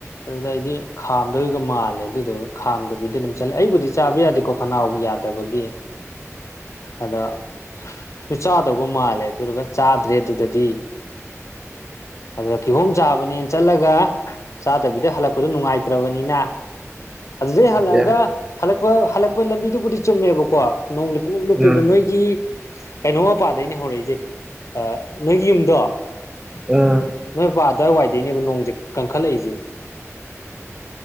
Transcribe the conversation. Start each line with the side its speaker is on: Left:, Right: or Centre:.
Left: ꯑꯗꯨꯗ ꯑꯩꯗꯤ ꯈꯥꯝꯗꯣꯏꯒ ꯃꯥꯜꯂꯦ ꯑꯗꯨꯗꯨꯒ ꯈꯥꯝꯗꯕꯤꯗ ꯑꯗꯨꯝ ꯆꯠꯂꯦ ꯑꯩꯕꯨꯗꯤ ꯆꯥꯕ ꯌꯥꯗꯦꯀꯣ ꯈꯅꯥꯎ ꯌꯥꯗꯕꯒꯤ ꯑꯗ ꯁ ꯆꯥꯗꯧꯕ ꯃꯥꯜꯂꯦ ꯑꯗꯨꯔꯒ ꯆꯥꯗ꯭ꯔꯦ ꯑꯗꯨꯗꯗꯤ ꯑꯗꯨꯗ ꯀꯤꯍꯣꯝ ꯆꯥꯕꯅꯤ ꯆꯠꯂꯒ ꯆꯥꯗꯕꯤꯗ ꯍꯜꯂꯛꯄꯗ ꯅꯨꯡꯉꯥꯏꯇ꯭ꯔꯕꯅꯤꯅ ꯑꯗꯨꯗꯩ ꯍꯜꯂꯛꯑꯒ
Right: ꯑꯦ
Left: ꯍꯜꯂꯛꯄ ꯍꯜꯂꯛꯄ ꯂꯝꯕꯤꯗꯨꯕꯨꯗꯤ ꯆꯨꯝꯃꯦꯕꯀꯣ ꯅꯣꯡꯗꯤ ꯄꯂꯞ ꯂꯨꯞꯄꯦꯕ
Right: ꯎꯝ
Left: ꯅꯣꯏꯒꯤ ꯀꯩꯅꯣ ꯃꯄꯥꯗꯩꯅꯦ ꯍꯧꯔꯛꯏꯁꯦ ꯅꯣꯏꯒꯤ ꯌꯨꯝꯗꯣ
Right: ꯎꯝ
Left: ꯅꯣꯏꯄꯥ ꯑꯗꯨꯋꯥꯏ ꯋꯥꯏꯗꯩꯅꯦꯕ ꯅꯣꯡꯁꯦ ꯀꯟꯈꯠꯂꯛꯏꯁꯦ